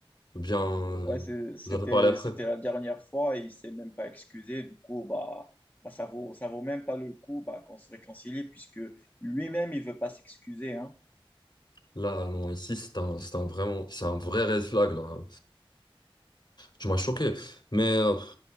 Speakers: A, on the left (about 50°); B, on the left (about 20°).
A: ou bien, euh,
B: Ouais, c'est- c'était,
A: vous avez parlé après.
B: c'était la dernière fois et il s'est même pas excusé. Du coup, bah, bah, ça vaut, ça vaut même pas le coup bah, qu'on se réconcilie puisque lui-même, il veut pas s'excuser, hein.
A: Là, non, ici, c'est un, c'est un vraiment, c'est un vrai red flag, là. Tu m'as choqué, mais euh,